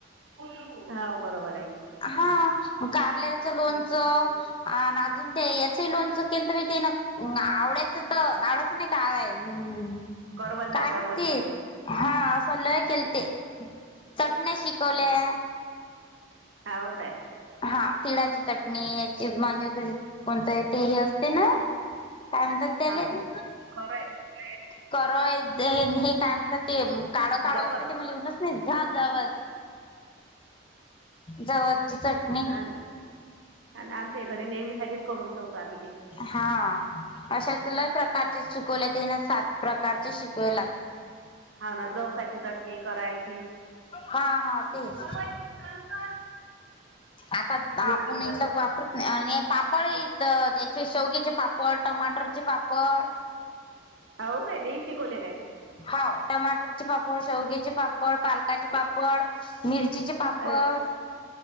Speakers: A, on the right (about 80°); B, on the left (about 25°).
A: <unintelligible> हाव बरोबर आहे.
B: हा कारलचं लोणचं
A: हं.
B: आणि अजून ते याचही लोणचं. चुकील तर म ते आवड्याच तर आवड्याचं नाही काम्
A: करवंद
B: काय
A: करवंदाच
B: म्हती हा असं सल्लय केल ते. चटण्या शिकवल्या.
A: हाव काय.
B: हा तिळाची चटणी याची म्हणजे कोणतं आहे ते हे असते ना? काय म्हणता तर ते
A: हा
B: ले च
A: खरं आहे, खरं आहे.
B: करो हे <unintelligible> काय म्हणतात ते काळो काळो
A: जवस
B: असते ते म लिहूनच ना झा जावच. जवस चट
A: ह आणि आमच्या घरी नेहमी साठी करून ठेवतो. आम्ही ते
B: हा अशा लय प्रकारचे कोला ताईने सात प्रकारचे शिकवे लाग.
A: हा ना जवसाची चटणी करायची.
B: हा हा तेच.
A: मला माहिती आहे का?
B: आता
A: मी
B: आपण
A: खाल्लं.
B: इथलं वापरत नाही आणि पाप पळ येथ ज्याचे शेवगीचे पापड, टमाटरचे पापड.
A: हाव कायतरी शिकवले काय?
B: हाव टमाटरचे पापड, शेवगीचे पापड, पालकाचे पापड मिरचीचे पापड.
A: अरे वा